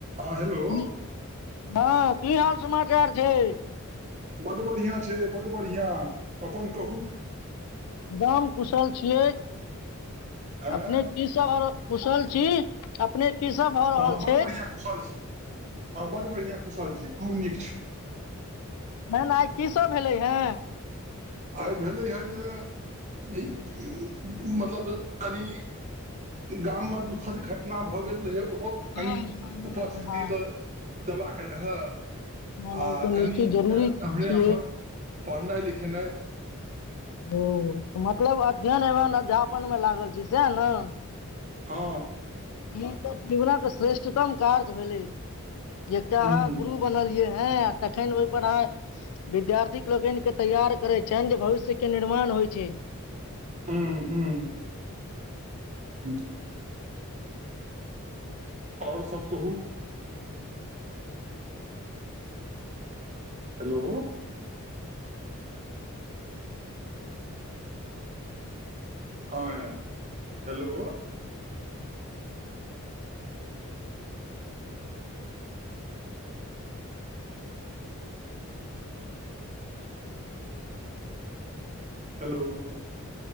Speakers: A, on the right; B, on the left.
A: हँ हेलो
B: की हँ की हाल समाचार छै
A: बड्ड बढ़ियाँ छै बड्ड बढ़ियाँ अपन कहू
B: एकदम कुशल छियै
A: आँय
B: अपनेक की सब आरो कुशल छी अपने की सब भऽ
A: हँ
B: रहल
A: बड्ड
B: छै
A: बढ़ियाँ कुशल छी हँ बड्ड बढ़िआँ कुशल छी खूब नीक छी
B: मेन आइ की सभ भेलै है
A: आइ भेलै हए जे इ मतलब कनि गाममे दुःखद घटना भऽ गेल रहै ओहो
B: हँ
A: कनि
B: हँ हँ
A: उपस्थिति
B: हँ हँ
A: तऽ देबाक रहए
B: नहि नहि,
A: आ
B: ई तऽ
A: कनि
B: निश्चित जरूरी
A: एम्हरे
B: छियै
A: आम्हर पढ़नाइ लिखेनाइ
B: ओ मतलब अध्ययन एवं अध्यापनमे लागल छी सएह ने
A: हँ
B: ई तऽ जीवनक के श्रेष्ठतम कार्य भेले एकटा
A: ह्म
B: अहाँ गुरु बनलिये हँ आ तखन ओहिपर आहां विद्यार्थीक लोकने तैयार करै छनि जे भविष्यके निर्माण होइ छै
A: हँ हँ हँ आओर सभ कहू हेलो हँ हेलो हेलो